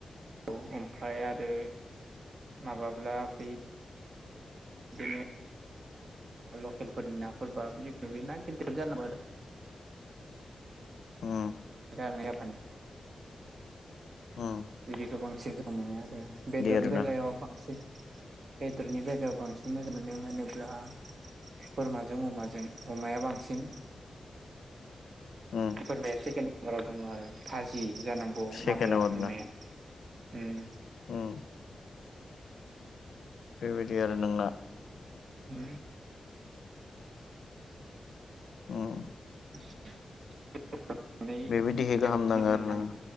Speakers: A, on the right; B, on the left.
A: औ ओमफ्राय आरो माबाब्ला बै <unintelligible> लकेलफोरनि नाफोरबा जिखुनु ना गिदिर जानांगौ आरो
B: उम
A: <inaudible> जानो
B: ओम
A: बिदिखौ बांसिन <inaudible> मोनो आरो बेदरनि
B: आरोना
A: जायगायाव बांसिन बेदलनि बेलायाव बांसिन मोजां मोनो होनोब्ला बोरमाजों अमाजों अमाया बांसिन
B: उम
A: फोरमाया सेकेणड <inaudible> दङ आरो फाजि जानां आं
B: सेकेन्डआव
A: माबया
B: आरोना
A: अमाया ओम
B: उम बेबायदि आरो नोंना
A: <unintelligible>
B: ओम
A: <inaudible> नै
B: बेबायदिखाय गाहाम
A: एवनो
B: नाङो
A: मोननां
B: आरो नोङो